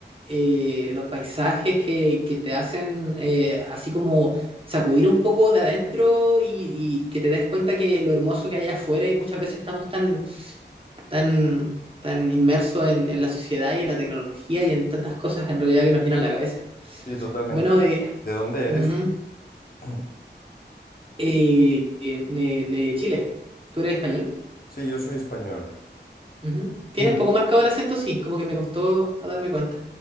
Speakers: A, on the right (about 30°); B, on the left (about 55°).
A: eh, los paisajes que, que te hacen eh, así como sacudir un poco de adentro y, y que te des cuenta que lo hermoso que hay afuera y muchas veces estamos tan, tan, tan inmersos en, en la sociedad y en la tecnología y en tantas cosas en realidad que nos llenan la cabeza.
B: sí, totalmente.
A: Bueno, eh,
B: ¿De dónde
A: ujú,
B: eres tú? <clears throat>
A: eh, eh, me- de Chile, ¿tú eres español?
B: Sí, yo soy español.
A: Ujú. ¿Tienes
B: <clears throat>
A: poco marcado el acento? Sí, como que me costó a darme cuenta.